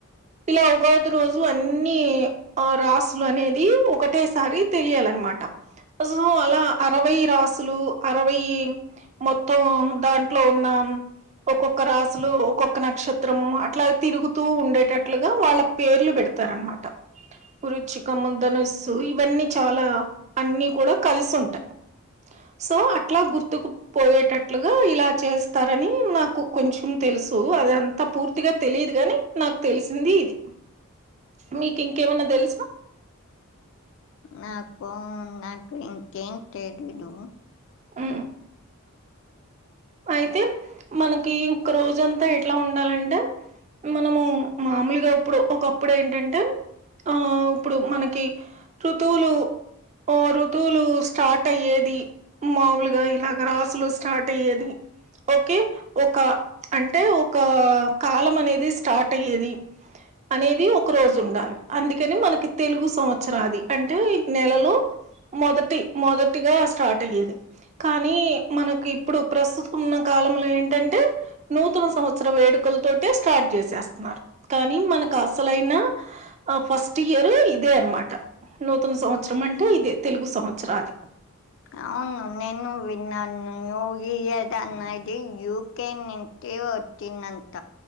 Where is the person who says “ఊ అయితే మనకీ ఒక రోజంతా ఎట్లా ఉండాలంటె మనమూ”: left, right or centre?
Right